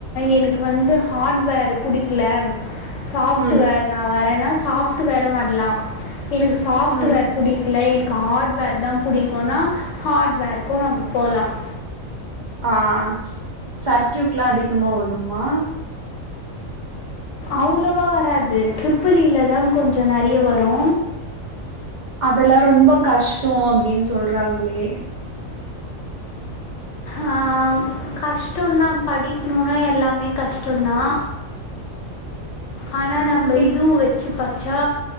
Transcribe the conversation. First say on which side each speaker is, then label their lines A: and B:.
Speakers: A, on the left; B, on the right.
A: எனக்கு வந்து ஹார்ட்வேரு. புடிக்கல அம் சாப்ட்வேர்
B: ம்
A: நா வரேன்னா சாப்ட்வேரு வர்லா எனக்கு சாப்ட்வேர்
B: ம்
A: புடிக்கல எனக்கு ஹார்ட்வேர் தா புடிக்குன்னா, ஹார்ட்வேர்கு நம்ம போலாம்.
B: ஆ சர்க்யூட்லா அதிகமா வருமா?
A: அவ்லோவா வராது ட்ரிபிள் இ லதா கொஞ்சோ நெறைய வரோ
B: அதல்லா ரொம்ப கஷ்டோ அப்டின் சொல்றாங்ளே
A: அ கஷ்டோன்னா படிக்கணுன்னா எல்லாமே கஷ்டோதா ஆனா நம்ப
B: இப்
A: இதுவு வெச்சு பச்சா